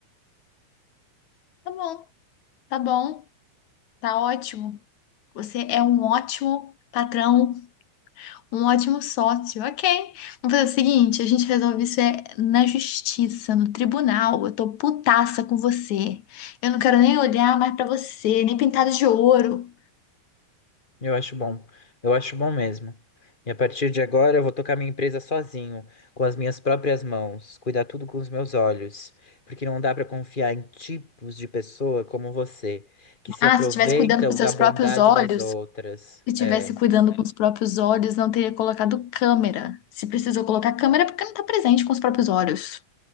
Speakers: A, on the left (about 60°); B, on the left (about 15°).
A: Tá bom, tá bom, tá ótimo. Você é um ótimo patrão. Um ótimo sócio, ok. Vamos fazer o seguinte, a gente resolve isso é na justiça, no tribunal. Eu tô putaça com você. Eu não quero nem olhar mais pra você, nem pintada de ouro.
B: Eu acho bom. Eu acho bom mesmo. E a partir de agora eu vou tocar minha empresa sozinho, com as minhas próprias mãos, cuidar tudo com os meus olhos, porque não dá para confiar em tipos de pessoa como você, que se
A: Ah,
B: aproveitam
A: se tivesse cuidando com seus
B: da bondade
A: próprios olhos,
B: das outras.
A: se tivesse
B: É.
A: cuidando com os próprios olhos, não teria colocado câmera. Se precisou colocar câmera, é porque não tá presente com os próprios olhos.